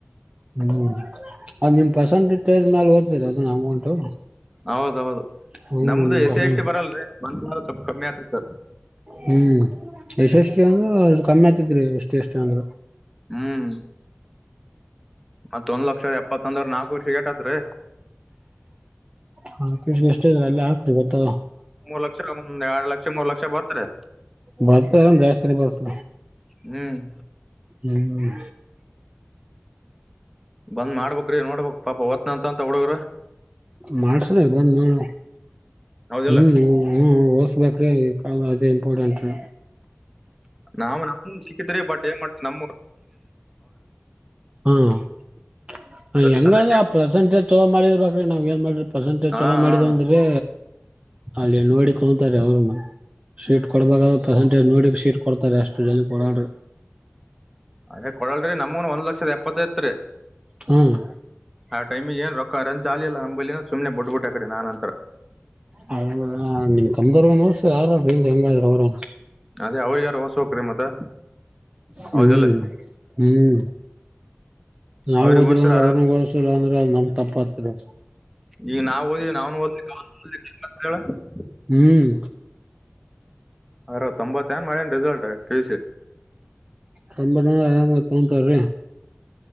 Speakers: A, on the right (about 25°); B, in the centre.
A: ಹ್ಮ್ ಅದ್ ನಿಮ್ ಪರ್ಸೆಂಟೇಜ್ ತೇರ್ ಮ್ಯಾಲ ಓ್ತೀರ ಅದನ್ನ ಅಮೌಂಟು
B: ಹೌದೌದು
A: ಹ್ಮ್
B: ನಮ್ದು
A: ನಿಮ್
B: ಎಸೆ
A: ಪರ್ಸೆಂಟ್
B: ಎಷ್ಟಿ ಬರಲ್ರಿ ಬಂ ಸ್ವಲ್ಪ ಕಮ್ಮಿ ಆಗ್ತಿತ
A: ಹ್ಮ್ ಎಷ್ಟ ಎಷ್ಟ ಅಂದ್ರೂಷ್ಟ ಕಮ್ಮಿ ಆತತ್ರಿ ಎಷ್ಟು ಎಷ್ಟು ಅಂದ್ರರು
B: ಹ್ಮ್ ಮತ್ತೊಂದ ವರ್ಷ ಎಪ್ಪತ್ತೊಂದ್ರ ನಾಲ್ಕು ವರ್ಷ ಟತ್ೀ
A: ಹ ಕಷ ಎಷ್ಟ ಇದ್ರ ಎಲ್ಲ ಹಾಕ್ರರಿ ಗೊತ್ತ
B: ಮೂರ್ ಲಕ್ಷ ಒಂದ್ ಎರಡು ಲಕ್ಷ ಮೂರ್ ಲಕ್ಷ ಬರ್ತಾರೆ
A: ಬರ್ತ ಜಾಸ್ತಿ ಬರ್ತ
B: ಹ್ಮ್
A: ಹ್ಮ್
B: ಬಂದ್ ಮಾಡ್ಬೇಕಕ್್ರೀ ನೋಡ್ಬೇಕಕ್ ಪಾಪ ಓಡ್ತಾನ್ ಅಂತ ಅಂತ ಹುಡುಗ್ರ
A: ಮಾಡ್ಸ್ರ ಬಂದ್ ಮಾಡ
B: ಹೌದಿಲ್ಲ
A: ಹ್ಮ್ ಹ್ಮ್ ಓಡಿಸಬೇಕು ಅ ಕಾಲ ಅೇ ಇಂಪಾರ್ಟಂಟ್ು
B: ನಾವು ನಮ ಸಿಕ್ಕಿದ್ರಿ ಬಟ್ ಏನ್ ಮಾಡ್ತ ನಮ
A: ಹ್ಮ
B: ಅದ್ರ
A: ಹೆಂಗಾದ್ರ
B: ಸಲುವಾಗಿ
A: ಆ ಪ್ರೆಸೆಂಟೇಜ್ ತೊಗೋ ಮಾಡಿರ್ಬೇಕ್ರಿ ನಾವ್ ಏನ್ ಮಾಡ ಪಸಟೇಜ್
B: ಹಾ
A: ಚಲೋ ಮಾಡಿದ
B: ಹಾ
A: ಅಂದ್ರೆ ಅಲ್ಲಿ ಎನ್ವಾಡಿ ತೊಗಂತಾರೆ ಅವ್ರನು ಶೀಟ್ ಕೊಡ್ಬೇಕಾದ್ರ ಪೆಸೆಂಟೇಜ್ ನೋಡಿ ಶೀಟ್ ಕೊಡ್ತಾರೆ ಅಷ್ಟು ಜನ ಕೊಡ್ರ
B: ಅದೇ ಕೊಡಲ್ರಿ ನಮೂನ್ ಒಂದ ಲಕ್ಷದ ಎಪ್ಪತ್ತೈತ್ರಿ
A: ಹ್ಮ್
B: ಆಾ ಟೈಮಿ್ ಏನ್ ರೊಕ್ಕ ರಂಜ ಚಾಲಿಲ್ಲಲ್ಲ ಅಂಬಲಿನ ಸುಮನೆ ಬಿಟ್ಡ್ಬಿಟ್ಟ ಆ ಕಡೆ ನಾನನ್ಂತರ
A: ಹ ನಿಮ್ ಕಮ್ದರ್ನಸ ಯಾರಾದಿಂದ ಹೆಂಗಾದ್ರ ಅವ್ರಾರ
B: ಅದೇ ಅವ್ರಿಗೆ ಯಾರು ಹೊಓಸ ಹ್ರೀ ಮತ್ತ
A: ಹ್ಮ್
B: ಹೌದಿಲ್ಲ
A: ಹ್ಮ್ ನಾವ್
B: ಅವ್ರಿಗೆ
A: ಓದಿಲ್ಲ
B: ಓದ್ಸಿರ
A: ಅಂದ್ರೆ
B: ಆರಾಮ್
A: ಅವ್ರಗ್ ಓದ್ಸಿಲ್ಲ ಅಂದ್ರೆ ನಮ್ ತಪ್ಪ ಆತಿಿಲ್ಲ
B: ಈಗ ನಾವ್ ಓದ್ವಿ ನಾವ್ನು ಓದ ಹೇಳ <unintelligible>
A: ಹ್ಮ್
B: ಅರ ತೊಂಬತ್ತ ಏನ್ ಮಾಡನ್ ರಿಸಲ್ಟ್ ಪಿಯುಸಿ.
A: ತಂಬತ್ನೂರ ಅರಾಮ್ ತಗೊತಾರ್ರೀ.